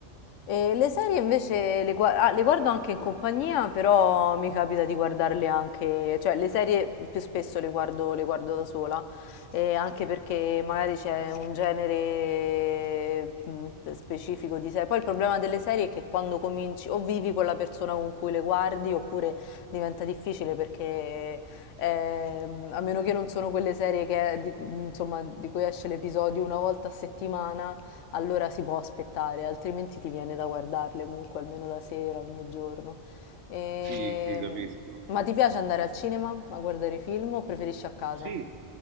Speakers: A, on the left; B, on the right.
A: E le serie invece le, gua- ah, le guardo anche in compagnia, però mi capita di guardarle anche, cioè le serie più spesso le guardo, le guardo da sola, e anche perché magari c'è un genere mm, specifico di serie. Poi il problema delle serie è che quando cominci o vivi con la persona con cui le guardi oppure diventa difficile perché ehm, a meno che non sono quelle serie che, di, insomma, di cui esce l'episodio una volta a settimana allora si può aspettare, altrimenti ti viene da guardarle comunque almeno la sera, ogni giorno. Ehm,
B: Sì, sì, capisco.
A: Ma ti piace andare al cinema a guardare film o preferisci a casa?
B: Sì,